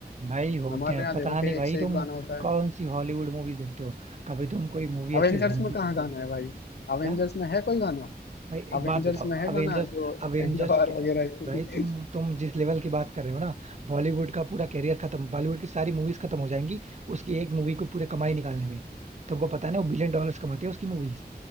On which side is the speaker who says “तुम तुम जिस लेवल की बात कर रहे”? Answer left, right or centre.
Right